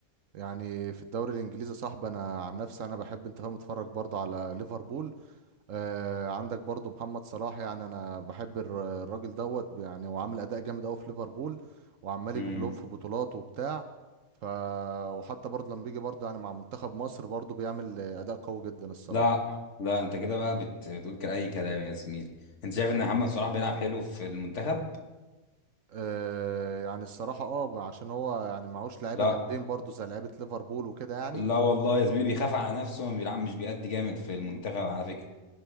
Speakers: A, on the right; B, on the left.
A: يعني في الدوري الانجليزي يا صاحبي انا عن نفسي انا بحب انت فاهم اتفرج برضه على ليفربول آه عندك برضه محمد صلاح يعني انا بحب الر- الراجل دوت يعني هو عامل اداء جامد قوي في ليفربول وعمال
B: امم
A: يجيب لهم في بطولات وبتاع ف وحتى برضه لما بيجي برضه يعني مع منتخب مصر برضه بيعمل اداء قوي جدا الصراحه
B: لا لا انت كده بقى بت... بتقول ك- اي كلام يا زميلي انت شايف ان محمد صلاح بيلعب حلو في المنتخب
A: آه يعني الصراحه اه عشان هو يعني معهوش لعيبه
B: لا
A: جامدين برضه زي لعيبه ليفربول وكده يعني
B: لا والله يا زميلي بيخاف على نفسه وما بيلعب مش بيأدي جامد في المنتخب
A: مم.
B: على فكرة